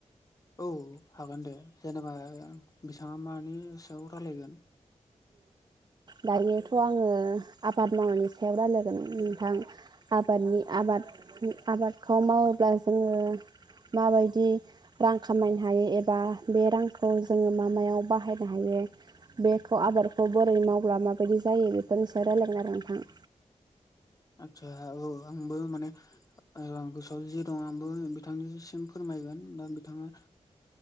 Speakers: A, on the left (about 30°); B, on the right (about 35°).
A: औ हागोन दे जेनेबा बिथाङा मानि सायाव रायलायगोन
B: दायोथ' आङो आबाद मावनायनि सायाव रायलायगोन नोंथां आबादनि आबाद आबादखौ मावोब्ला जोङो माबायदि रां खामायनो हायो एबा बे रांखौ जोङो मा मायाव बाहायनो हायो खौ आबादखौ बोरै मावब्ला माबायदि जायो बेखौ नोंसोर रायलायगोना नोंथां
A: आतसा औ आंबो माने आं गोसोआव ज दं आंबो बिथांनिसिम फोरमायगोन दा बिथाङा